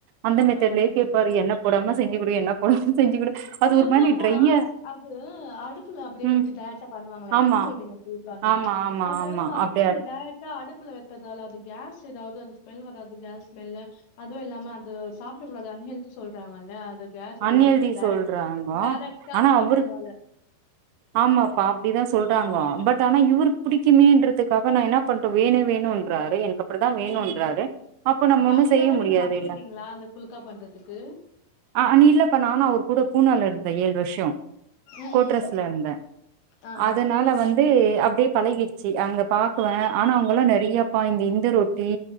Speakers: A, on the right; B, on the left.
A: அந்த மெத்தெட்லயே
B: ஆ
A: கேக்கும் அவரு எண்ணெ போடாம செஞ்சு குடு எண்ணெ போடாமா செஞ்சு குடு அது
B: புல்கானா
A: ஒரு மாரி ட்ரையா
B: அது அடுப்புல புல்கானா அது அடுப்புல அப்டியே
A: ம்
B: வெச்சு டைரக்டா பண்ணுவாங்ளே அதானே
A: ஆமா
B: சொல்றீங்க புல்கானா
A: ஆமா ஆமா
B: அது
A: ஆமா
B: அப்டியே
A: அப்டியா
B: நீங்க டை ரக்டா அடுப்புல வெக்கறதால அது கேஸ் எதாவது அந்த ஸ்மெல் வராது கேஸ் ஸ்மெல்லு அதுவு இல்லாம அது சாப்ட கூடாது அன்ஹெல்தி சொல்றாங்கல்ல அந்த கேஸ் இதுல்ல
A: அன்ஹெல்தி
B: அது டை
A: சொல்றாங்கோ
B: டைரக்ட்டா
A: ஆனா
B: பண்றதால
A: அவரு ஆமாப்பா அப்டிதா சொல்றாங்க பட் ஆனா இவருக்கு புடிக்குமேன்றதுக்காக நா என்ன பண் வேணு வேணுன்றாரு எனக்கு அப்டிதா வேணுன்றாரு
B: ம்
A: அப்ப நம்ம
B: அவங்களுக்காக
A: ஒன்னு செய்ய முடியாது
B: நீங்க கத்துக்கிட்டீங்களா
A: இல்ல
B: அந்த புல்கா பண்றதுக்கு
A: ஆ நீ இல்லப்பா நானு அவர் கூட பூனேல இருந்த ஏழு வருஷோ
B: ம்
A: கோட்ரஸ்
B: ம்
A: ல இருந்த
B: ஆ
A: அதனால
B: ஆ
A: வந் து அப்டியே பழகிருச்சு அங்க பாக்குவேன் ஆனா அவுங்கெல்லா நெறையாப்பா இந்த இந்த ரொட்டி